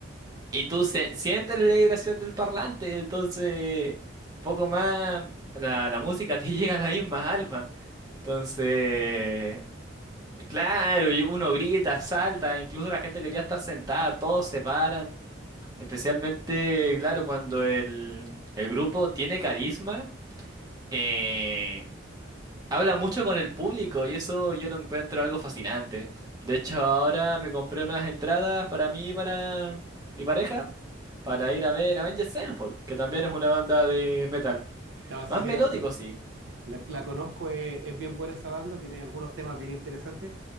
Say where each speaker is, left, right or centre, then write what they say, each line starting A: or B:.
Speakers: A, on the right; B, on the right.
A: Y tú se- sientes la vibración del parlante, entonces poco más la, la música <laughs> te llega a las mismas almas. Entonces, claro, y uno grita, salta, incluso la gente quería estar sentada, todos se paran. Especialmente, claro, cuando el, el grupo tiene carisma, eh, Habla mucho con el público y eso yo lo encuentro algo fascinante. De hecho, ahora me compré unas entradas para mí y para mi pareja para ir a ver Avenged Sevenfold, que también es una banda de metal.
B: No sé
A: Más
B: si
A: melódico,
B: la,
A: sí.
B: La, la conozco, es, es bien buena esa banda, tiene algunos temas bien interesantes,